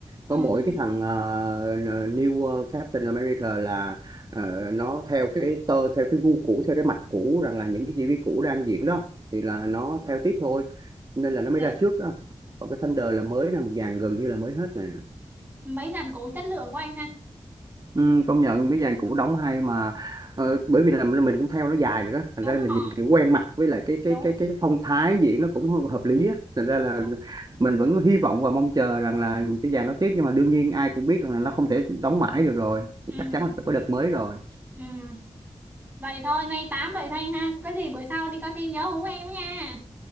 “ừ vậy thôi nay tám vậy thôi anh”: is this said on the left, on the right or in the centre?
Right